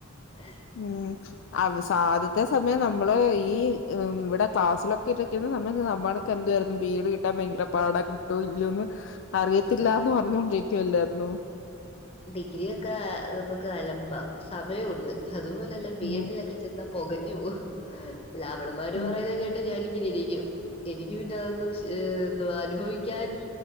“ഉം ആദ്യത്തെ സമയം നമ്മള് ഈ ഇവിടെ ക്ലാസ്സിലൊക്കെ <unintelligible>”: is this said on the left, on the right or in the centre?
Left